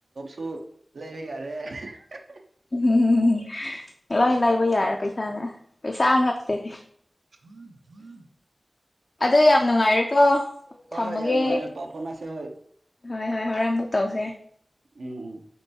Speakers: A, on the right (about 85°); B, on the left (about 55°).
A: ꯇꯨ ꯂꯩꯕ ꯌꯥꯔꯦ ꯍꯍ ꯍ
B: ꯎꯝ ꯍꯨꯝ ꯍꯨꯝ ꯍꯨꯝ ꯂꯣꯏ ꯂꯩꯕ ꯌꯥꯔꯦ ꯄꯩ ꯁꯥꯅ ꯄꯩꯁꯥ ꯉꯥꯛꯇꯅꯤ
A: <unintelligible>
B: ꯑꯗꯣ ꯌꯥꯝ ꯅꯨꯡꯉꯥꯏꯔꯦꯀꯣ
A: ꯍꯣꯏ
B: ꯊꯝꯃꯒꯦ
A: ꯍꯣꯏ ꯌꯥꯝ ꯅꯨꯡꯉꯥꯏꯔꯦ ꯄꯥꯎ ꯐꯥꯎꯅꯁꯦ ꯍꯣꯏ
B: ꯍꯣꯏ ꯍꯣꯏ ꯍꯣꯔꯦꯟ ꯑꯃꯨꯛ ꯇꯧꯁꯦ
A: ꯎꯝ ꯎꯝ